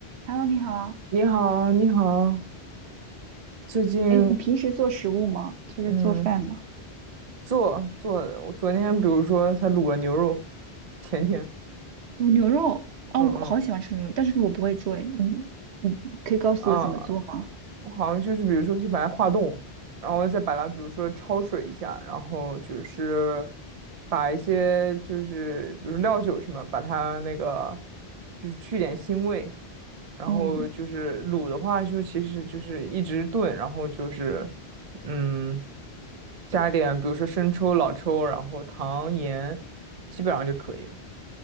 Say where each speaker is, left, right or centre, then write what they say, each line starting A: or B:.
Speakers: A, on the right (about 85°); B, on the right (about 40°).
A: Hello，你好。
B: 你好，你好，最近
A: 哎，你平时做食物吗？就是做饭吗？
B: 嗯做做的，我昨天比如说才卤了牛肉，前天，
A: 卤牛肉，哦，
B: 嗯嗯
A: 我好喜欢吃牛肉，但是我不会做诶。你你可以告诉我怎么做吗？
B: 啊，我好像就是比如说先把它化冻，然后再把它比如说焯水一下，然后就是把一些就是比如料酒什么，把它那个就是去点腥味，然后就是卤的话就其实就是一直炖，
A: 嗯，
B: 然后就是。嗯，加点比如说生抽、老抽，然后糖、盐，基本上就可以了。